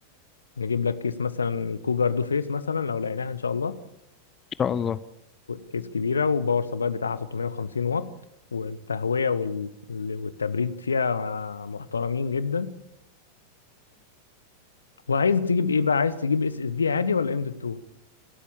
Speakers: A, on the left (about 75°); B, on the left (about 25°).
A: نجيب لك كيس مثلا الكوجر دو فيس مثلا لو لقيناها ان شاء الله
B: ان شاء الله
A: كيس كبيره وباور سبلاي بتاعها 650 واط والتهويه وال... والتبريد فيها محترمين جدا وعايز تجيب ايه بقى عايز تجيب اس اس دي عادي ولا ام دي 2